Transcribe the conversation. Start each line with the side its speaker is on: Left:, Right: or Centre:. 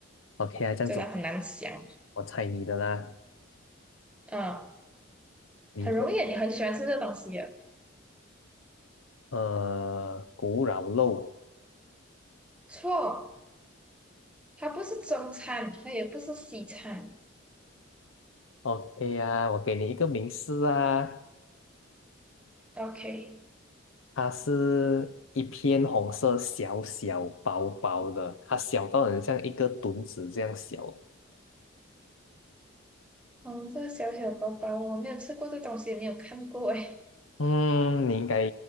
Left: ？OK 啊，这样子
Centre: 真的很难想。
Left: 我猜你的啦，
Centre: 嗯，
Left: 你的
Centre: 很容易啊你很喜欢吃这东西的。
Left: 呃古老肉。
Centre: 错，它不是中餐，它也不是西餐。
Left: OK 啊，我给你一个明示啊，
Centre: OK，
Left: 它是一片红色，小小薄薄的，它小到很像一个墩子这样小。
Centre: 红色小小包包，我没有吃过这东西，也没有看过诶。
Left: 嗯，你应该